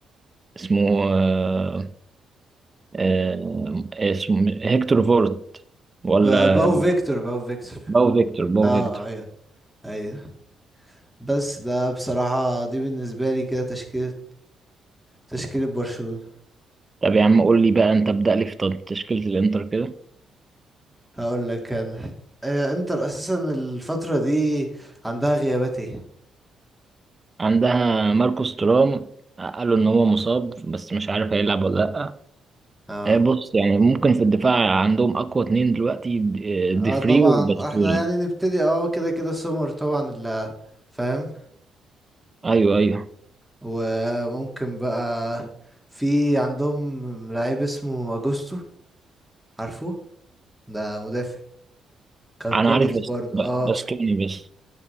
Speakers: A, on the right; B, in the centre.
A: اسمه آه، آه، اسمه هيكتور فورت ولا
B: ب- باو فيكتور باو فيكتور
A: باو فيكتور باو
B: اه
A: فيكتور
B: ايوه ايوه بس ده بصراحة دي بالنسبة لي كده تشكيلة تشكيلة برشلونة
A: طب يا عم قول لي بقى انت ابدأ لي في تشكيلة الانتر كده
B: هقول لك انا آه، انتر اساسا الفترة دي عندها غيابات ايه
A: عندها ماركوس تورام قالوا ان هو مصاب بس مش عارف هيلعب ولا لا
B: اه
A: آه، بص يعني ممكن في الدفاع عندهم اقوى اتنين دلوقتي د- آه، ديفري
B: اه طبعا
A: وباستوني
B: احنا يعني نبتدي اه كده كده سومر طبعا اللي فاهم
A: ايوه ايوه
B: وممكن بقى في عندهم لعيب اسمه اجوستو عارفه ده مدافع كان
A: انا
B: كويس
A: عارف بس-
B: برضو اه
A: باستوني بس